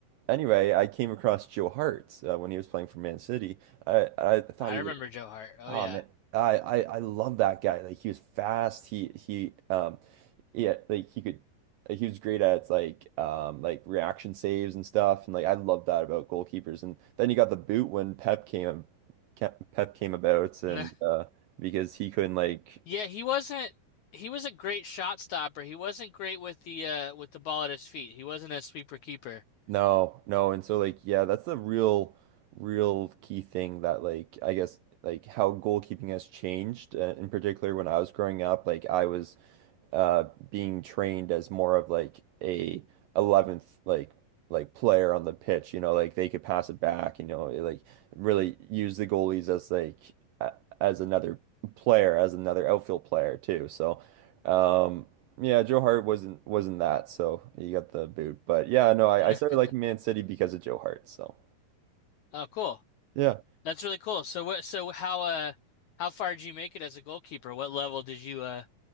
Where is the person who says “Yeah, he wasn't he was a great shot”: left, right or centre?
Left